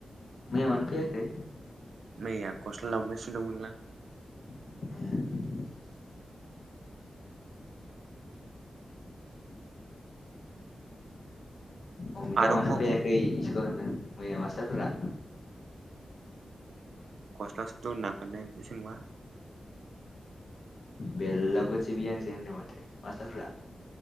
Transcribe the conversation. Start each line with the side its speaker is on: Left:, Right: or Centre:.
Left: मैयानो फैयाखै
Right: मै आगस्ट लावबायसो दंमोनलां
Left: ए अमिता
Right: आरो
Left: मानो
Right: ह
Left: फैयाखै
Right: ह
Left: स्कुल होनो मैया मास्टारफोरा
Right: कस्लास द नागोननाय सिगबा
Left: बेेरलागोनसै बिहांसै होनदों माथो मास्टारफ्रा